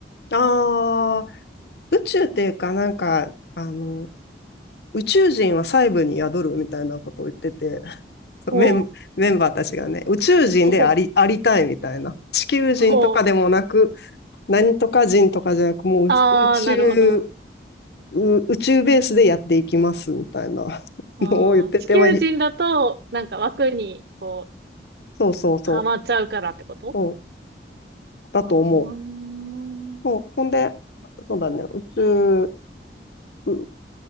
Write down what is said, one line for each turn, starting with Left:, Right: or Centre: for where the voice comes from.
Left: ああ宇宙っていうかなんか、あの、宇宙人は細部に宿るみたいなことを言ってて、<laughs>
Right: ほう、
Left: メン、メンバーたちがね、宇宙人であり、
Right: ほう、
Left: ありたいみたいな。地球人とかでもなく、
Right: ほう。
Left: 何とか人とかじゃなく、もう宇宙
Right: ああ、なるほど。
Left: う宇宙ベースでやっていきますみたいなのを言ってて、
Right: あー地球人だと、
Left: まあ、い
Right: なんか枠に、こう、
Left: そうそうそ
Right: はまっちゃうからってこと
Left: う、うんだと思
Right: ああー、うん
Left: う。もうほんで、そうだね、宇宙、う